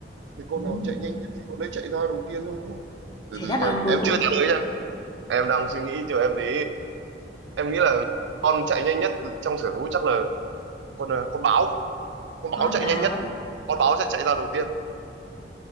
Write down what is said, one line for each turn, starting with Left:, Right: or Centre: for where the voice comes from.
Right: thì con
Left: Ừm,
Right: nào chạy nhanh nhất thì con đấy chạy ra đầu tiên thôi đúng không từ
Left: Thế
Right: từ
Left: đáp
Right: nha
Left: án cuối
Right: em
Left: cùng,
Right: chưa trả lời nha em đang suy nghĩ chờ em tí em nghĩ là con chạy nhanh nhất trong sở thú chắc là con ờ, con báo con báo
Left: con
Right: chạy
Left: báo.
Right: nhanh nhất con báo sẽ chạy ra đầu tiên